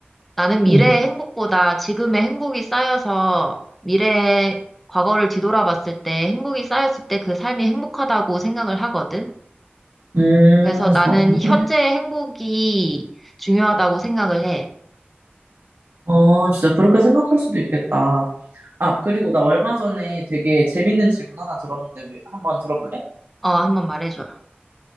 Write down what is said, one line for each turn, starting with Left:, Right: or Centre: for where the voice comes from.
Centre: 나는 미래의
Right: 응.
Centre: 행복보다 지금의 행복이 쌓여서 미래의 과거를 뒤돌아봤을 때 행복이 쌓였을 때 그 삶이 행복하다고 생각을 하거든.
Right: 음,
Centre: 그래서 나는
Right: 그렇구나.
Centre: 현재의 행복이 중요하다고 생각을 해.
Right: 아, 진짜 그렇게 생각할 수도 있겠다. 아, 그리고 나 얼마 전에 되게 재밌는 질문 하나 들었는데 왜- 한번 들어볼래?
Centre: 어, 한번 말해줘.